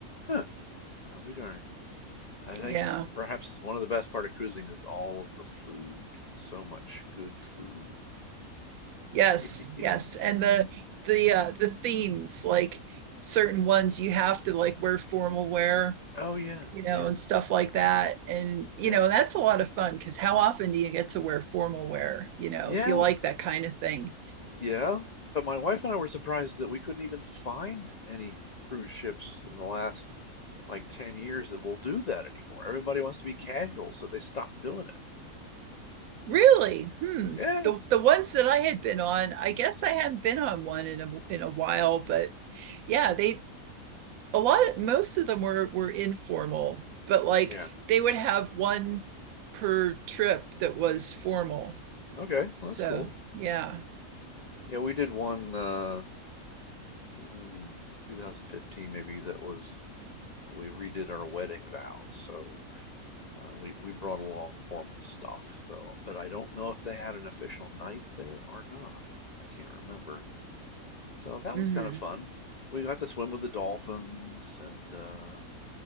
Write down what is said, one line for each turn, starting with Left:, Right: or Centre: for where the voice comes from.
Left: Huh. I'll be darned. I think
Right: yeah
Left: perhaps one of the best part of cruising is all of the food. So much good food.
Right: yes
Left: <laughs>
Right: yes and the the uh the themes like certain ones you have to like wear formal wear
Left: Oh yeah,
Right: you know
Left: yeah,
Right: and stuff like that and you
Left: yeah,
Right: know that's a lot of fun because how often do you get to wear formal wear you know
Left: yeah,
Right: if you like that kind of thing
Left: yeah. But my wife and I were surprised that we couldn't even find any cruise ships in the last like 10 years that will do that anymore. Everybody wants to be casual, so they stopped doing it.
Right: Really? Hmm.
Left: Yeah,
Right: The the ones that I had been on, I guess I hadn't been on one in a in a while, but yeah, they a lot of most of them were were informal, but like
Left: yeah.
Right: they would have one per trip that was formal.
Left: Okay,
Right: So,
Left: well, that's cool.
Right: yeah.
Left: Yeah, we did one uh, uh 2015 maybe that was we redid our wedding vows. So Uh, we we brought along formal stuff, so but I don't know if they had an official night there or not. I can't remember. So that
Right: hmm
Left: was kind of fun. We got to swim with the dolphins and uh,